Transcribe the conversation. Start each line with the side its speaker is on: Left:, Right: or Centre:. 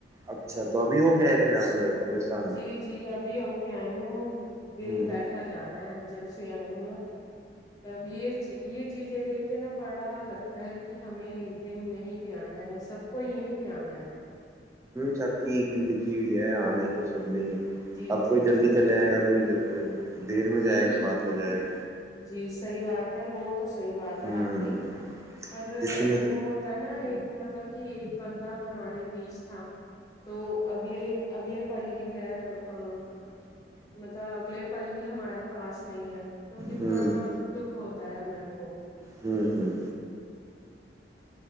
Right: اچھا تو ابھی ہو کے آے تھے آپ ادھر قبرستان میں
Left: جی جی ابھی ہوکے آئی ہوں دل
Right: ہ
Left: بیٹھا جا رہا ہے جب سے آئی ہوں نا تب یہ یہ چیزیں دیکھ کے نا بڑا لگتا ہے کہ ہمیں ایک دن یہیں پے انا ہے سب کو یہی پے انا ہے
Right: سب کی زندگی بھی ہے آ نہیں تو سب نہیں ہے
Left: جی
Right: اب
Left: جی
Right: کوئی جلدی
Left: جی
Right: چلے جائے گا کوئی دیر میں
Left: جی
Right: جائے گا بعد میں جائے گا
Left: جی صحیح بات ہے وہ تو صحیح بات ہے
Right: ہ
Left: آپ کی پر
Right: جس نے
Left: وہ ہوتا ہے نا ایک مطلب کہ ایک بندہ ہمارے بیچ تھا تو اگلے اگلے پل ہی گیا ا مطلب اگلے پل یہ ہمارے پاس نہیں ہے تو کتنا
Right: ہ
Left: دکھ ہوتا ہے من کو
Right: ہوں ہوں